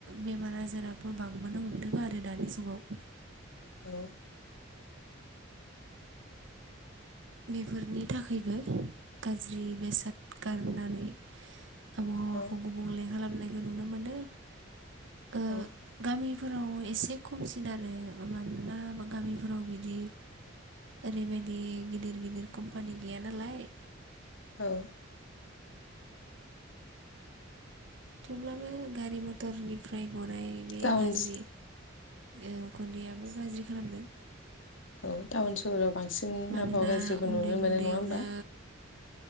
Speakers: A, on the right; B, on the left.
A: बेमार आजाराबो बांबोनो हमदों आरो दानि जुगाव।
B: औ
A: बेफोरनि थाखायबो गाज्रि बेसाद गारनानै आबहावाखौ
B: औ
A: गुबुंले खालामनाय नुनो मोनो ओ
B: औ
A: गामिफोराव एसे खमसिन आरो मानोना गामिफोराव बिदि ओरैबायदि गिदिर गिदिर कम्पानि गैया नालाय।
B: औ
A: थेवब्लाबो गारि मथरनिफ्राय गनाय बे
B: टाउन
A: गाज्रि उखुन्दैयाबो गाज्रि खालामदों।
B: औ टाउन सहराव बांसिन
A: मानोना
B: आबहावा गाज्रिखौ
A: उन्दै
B: नुनो मोनो
A: उन्दैयावनो
B: नङा होमबा?